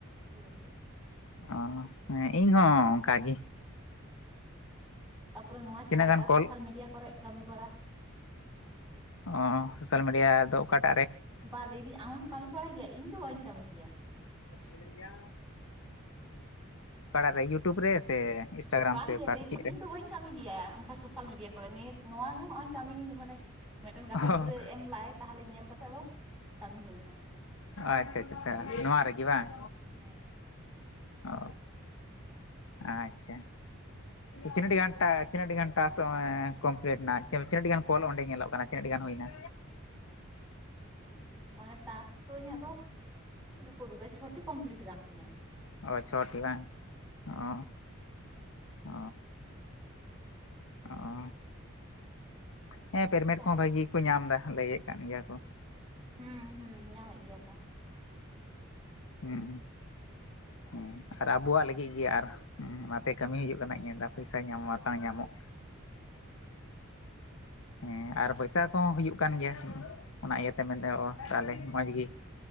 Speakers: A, in the centre; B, on the left.
A: ᱦᱳᱭ
B: ᱚ ᱦᱮᱸ ᱤᱧ ᱦᱚᱸ ᱚᱱᱠᱟᱜᱤ
A: ᱛᱟᱨᱯᱚᱨᱮ ᱱᱚᱣᱟ ᱪᱷᱟᱲᱟ
B: ᱛᱤᱱᱟᱹᱜ ᱜᱟᱱ
A: ᱮᱴᱟᱜ
B: ᱠᱚᱞ
A: ᱥᱳᱥᱟᱞ ᱢᱤᱰᱤᱭᱟ ᱠᱚᱨᱮᱜ ᱠᱟᱹᱢᱤ ᱵᱟᱲᱟ
B: ᱚ ᱥᱳᱥᱟᱞ ᱢᱤᱰᱤᱭᱟᱫᱚ ᱚᱠᱟᱴᱟᱜ ᱨᱮ
A: ᱵᱟ ᱞᱟᱹᱭ ᱫᱟᱹᱧ ᱟᱢᱮᱢ ᱠᱟᱹᱢᱤ ᱵᱟᱲᱟᱭ ᱜᱮᱭᱟ ᱤᱧ ᱫᱚ ᱵᱟᱹᱧ ᱠᱟᱹᱢᱤ ᱜᱮᱭᱟ
B: ᱢᱤᱱᱟᱹᱧ-ᱟ ᱚᱠᱟᱴᱟᱜ ᱨᱮ ᱤᱭᱩᱴᱩᱵᱽ ᱨᱮ ᱥᱮ ᱤᱱᱥᱴᱟᱜᱨᱟᱢ
A: ᱵᱟᱝᱜᱮ
B: ᱥᱮ ᱚᱠᱟ
A: ᱞᱟᱹᱭᱫᱟᱹᱧ
B: ᱪᱮᱫ ᱨᱮ
A: ᱤᱧ ᱫᱚ ᱵᱟᱹᱧ ᱠᱟᱹᱢᱤ ᱜᱮᱭᱟ ᱚᱱᱠᱟ ᱥᱳᱥᱟᱞ ᱢᱤᱰᱤᱭᱟ ᱠᱚᱨᱮ ᱱᱤᱛ ᱱᱚᱣᱟᱜ ᱜᱮ ᱦᱚᱸᱜ-ᱚᱭ ᱠᱟᱹᱢᱤ ᱢᱟᱱᱮ ᱢᱤᱫᱴᱮᱱ ᱜᱟᱛᱮ
B: ᱚ
A: ᱜᱤᱫᱽᱨᱟᱹ ᱮᱢ ᱞᱟᱜ-ᱟᱭ ᱛᱟᱦᱚᱞᱮ ᱧᱮᱞ ᱠᱟᱛᱮ ᱟᱫᱚ ᱠᱟᱹᱢᱤ ᱦᱩᱭᱱᱟ
B: ᱟᱪᱪᱷᱟ ᱟᱪᱪᱷᱟ ᱱᱚᱣᱟ ᱨᱮᱜᱮ ᱵᱟᱝ
A: ᱦᱮᱸ
B: ᱚ ᱟᱪᱪᱷᱟ ᱪᱤᱱᱟᱹᱜ ᱴᱤ ᱜᱷᱟᱱᱴᱟ ᱪᱤᱱᱟᱹᱜ ᱴᱤ ᱜᱷᱟᱱᱴᱟ ᱥᱚᱭ ᱠᱚᱢᱯᱞᱤᱴ ᱱᱟ ᱟᱹᱰᱤ ᱜᱟᱱ ᱠᱚᱞ ᱚᱸᱰᱮ ᱧᱮᱞᱚᱜ ᱠᱟᱱᱟ ᱛᱤᱱᱟᱹᱜ ᱴᱤ ᱜᱟᱱ ᱦᱩᱭᱱᱟ
A: ᱦᱮᱸ ᱢᱟᱱᱮ ᱴᱟᱥᱠ ᱫᱚ ᱤᱧᱟᱹᱜ ᱫᱚ ᱛᱤᱱᱟᱹᱜ ᱠᱚ ᱩᱫᱩᱜ ᱫᱟ ᱪᱷᱚᱴᱤ ᱠᱚᱢᱯᱤᱞᱤᱴ ᱠᱟᱱ ᱛᱤᱧᱟ
B: ᱚ ᱪᱷᱚᱴᱤ ᱵᱟᱝ ᱚ ᱚ ᱚ ᱦᱮᱸ ᱯᱮᱨᱢᱮᱴ
A: ᱛᱟᱯᱚᱨ
B: ᱠᱚᱦᱚᱸ ᱵᱷᱟᱜᱤ ᱜᱤ ᱠᱚ ᱧᱟᱢ ᱮᱫᱟ ᱞᱟᱹᱭᱮᱫ ᱠᱟᱱ ᱜᱮᱭᱟ ᱠᱚ
A: ᱦᱩᱸ ᱦᱩᱸ ᱧᱟᱢᱮᱫ ᱜᱮᱭᱟ ᱠᱚ
B: ᱦᱮᱸ ᱦᱮᱸ ᱟᱨ ᱟᱵᱚᱣᱟᱜ ᱞᱟᱹᱜᱤᱫ ᱜᱮ ᱟᱨ ᱦᱩᱸ ᱚᱱᱟᱛᱮ
A: ᱦᱳᱭ
B: ᱠᱟᱹᱢᱤ ᱦᱩᱭᱩᱜ ᱠᱟᱱᱟ ᱤᱧᱫᱟ ᱯᱚᱭᱥᱟ ᱧᱟᱢᱚᱜᱼᱟ ᱟᱨ ᱵᱟᱝ ᱧᱟᱢᱚᱜ
A: ᱦᱩᱸ
B: ᱦᱩᱸ ᱟᱨ ᱯᱚᱭᱥᱟᱠ ᱠᱚᱦᱚᱸ ᱦᱩᱭᱩᱜ ᱠᱟᱱ ᱜᱮᱭᱟ ᱚᱱᱟ ᱤᱭᱟᱹᱛᱮ ᱢᱮᱱᱫᱚᱼᱟ ᱛᱟᱦᱚᱞᱮ ᱢᱚᱡᱽ ᱜᱮ